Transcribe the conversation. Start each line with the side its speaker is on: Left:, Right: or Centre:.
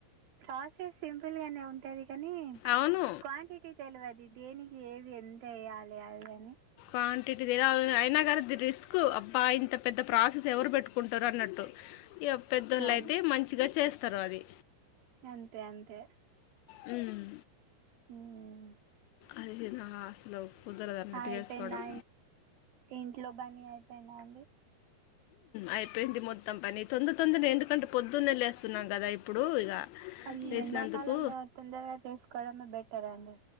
Right: <unintelligible> సింపుల్ గానే ఉంటది. కానీ
Left: అవును
Right: క్వాంటిటీ తెలివాది దేనికి ఏది ఎంత యేయ్యాలి అది అని
Left: క్వాంటిటీ తెల్వదు అయినా కదా రిస్క్ అబ్బా ఇంత పెద్ద ప్రాసెస్ ఎవరు పెట్టుకుంటారు. అన్నట్టు యెవ్ పెద్దోళ్ళ
Right: అంతే
Left: అయితే మంచిగా చేస్ తర్వాది
Right: అంతే అంతే
Left: హ్మ్
Right: హ్మ్
Left: అదేనా అసలు కుదరదు అన్నట్టు
Right: అయిపోయిందా
Left: చేసుకోవడం
Right: ఇంట్లో పని అయిపోయిందా అ
Left: అయిపోయింది. మొత్తం పని తొందర తొందర ఎందుకంటే పొద్దున్నే లేేస్తున్నాం. కదా ఇప్పుడు ఇక
Right: ఈ
Left: లేచినందుకు
Right: ఎండాకాలంలో తొందరగా చేసుకోవడమే బెటర్ అండి.